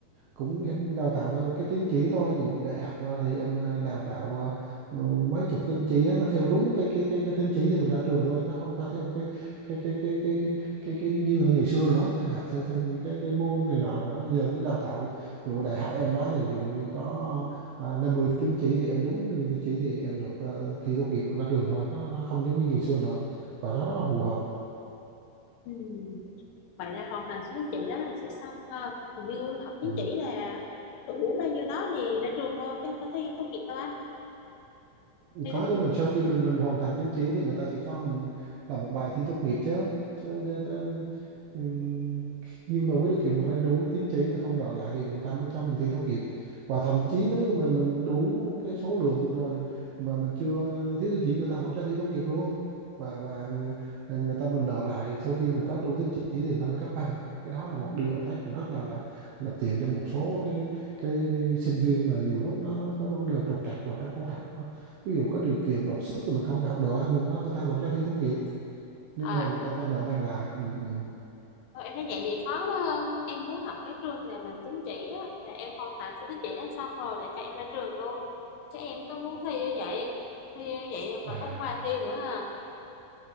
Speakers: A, on the right; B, on the left.
A: cũng hiện đào tạo theo cái tín chỉ thôi ví dụ như đại học à, thì em à, đào tạo à, ừ, mấy chục tín chỉ á, nó theo đúng cái cái cái cái tín chỉ thì mình ra trường thôi nó không có theo cái cái cái cái cái cái cái như ngày xưa nữa em học theo theo những cái cái môn này nọ nữa bây giờ cứ đào tạo ví dụ đại học em đó thì ví dụ như có à, 50 tín chỉ thì em đúng 50 tín chỉ thì em được à, thi tốt nghiệp em ra trường thôi nó nó không giống như ngày xưa nữa và nó rất là phù hợp
B: Ừ. Vậy là hoàn thành số tín chỉ đó là sẽ xong ha. Hình như học tín
A: ừ.
B: chỉ là đủ bao nhiêu đó thì ra trường thôi chứ không có thi tốt nghiệp đâu anh. Thi
A: có
B: tốt
A: chứ
B: nghiệp.
A: mình sau khi mình mình hoàn thành tín chỉ thì người ta sẽ cho mình làm một bài thi tốt nghiệp chứ chứ, chứ, chứ. ừm, nhưng mà với điều kiện mình phải đủ tín chỉ mà không đòi lại thì người ta mới cho mình thi tốt nghiệp và thậm chí nếu như mình mình đủ cái số lượng rồi mà mình chưa thiếu tín chỉ người ta vẫn cho thi tốt nghiệp luôn và và người, người ta mình nợ lại sau khi mình có đủ tín chỉ thì người ta mới cấp bằng cái đó là một điều anh thấy cũng rất là là là tiện cho một số cái, cái, cái sinh viên mà nhiều lúc nó có vấn đề trục trặc và các môn học ví dụ có điều kiện đột xuất thì mình không học được mình nói người ta vẫn cho thi tốt nghiệp nhưng
B: À,
A: mà người ta cho nợ bằng lại ừ, ừ.
B: thôi em thấy vậy thì khó quá hơn Em muốn học cái trường nào mà tín chỉ á Là em hoàn thành số tín chỉ đó xong rồi là cho em ra trường luôn Chứ em cứ muốn thi như vậy Thi như vậy là phải
A: à
B: ôn bài thi nữa à